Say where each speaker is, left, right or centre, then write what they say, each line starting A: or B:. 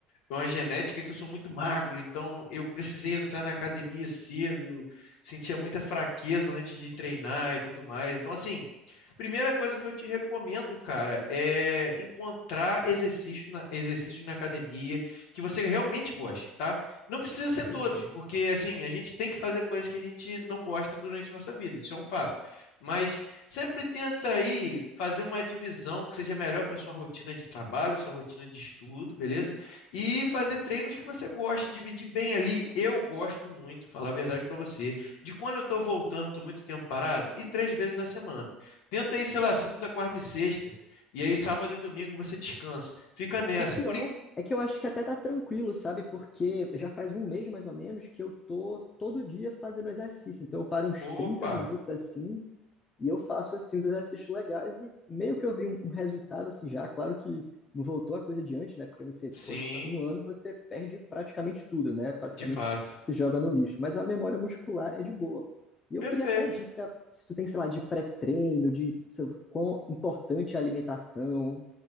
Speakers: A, on the left (about 60°); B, on the left (about 30°).
A: uma genética que eu sou muito magro, então eu precisei entrar na academia cedo, sentia muita fraqueza antes de treinar e tudo mais. Então, assim, primeira coisa que eu te recomendo, cara, é encontrar exercício na, exercícios na academia que você realmente goste, tá? Não precisa ser
B: entendi.
A: todos, porque, assim, a gente tem que fazer coisas que a gente não gosta durante a nossa vida, isso é um fato. Mas sempre tenta aí fazer uma divisão que seja melhor para sua rotina de trabalho, sua rotina de estudo, beleza? E fazer treinos que você gosta, dividir bem ali. Eu gosto muito, falar a verdade para você, de quando eu estou voltando, estou muito tempo parado, e três vezes na semana. Tenta aí, sei lá, segunda, quarta e sexta, e aí sábado e domingo você descansa. Fica nessa.
B: O pior
A: Por en-
B: é que eu acho que até tá tranquilo, sabe? Porque já faz um mês mais ou menos que eu tô todo dia fazendo exercício. Então eu paro uns
A: Opa,
B: 30 minutos assim e eu faço assim os exercícios legais e meio que eu vi um, um resultado assim já. Claro que não voltou a coisa de antes, né? Porque você,
A: sim,
B: poxa, um ano você perde praticamente tudo, né? Praticamente
A: de fato.
B: se joga no lixo. Mas a memória muscular é de boa. E eu
A: Perfeito,
B: queria até dica, se tu tem, sei lá, de pré-treino, de sei lá, quão importante é a alimentação,